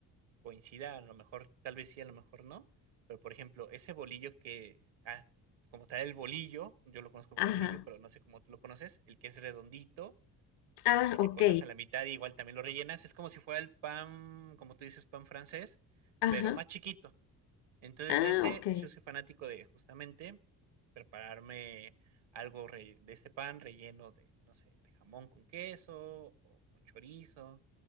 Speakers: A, on the right; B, on the left.
A: coincida, a lo mejor, tal vez sí, a lo mejor no, pero por ejemplo, ese bolillo que, ah, como tal el bolillo, yo lo conozco
B: ajá.
A: como bolillo, pero no sé cómo tú lo conoces, el que es redondito,
B: Ah,
A: y que le
B: ok.
A: cortas a la mitad y igual también lo rellenas. Es como si fuera el pan, como tú dices, pan francés,
B: Ajá.
A: pero más chiquito. Entonces
B: Ah,
A: ese,
B: ok.
A: yo soy fanático de justamente prepararme algo re- de este pan relleno de, no sé, de jamón con queso o con chorizo.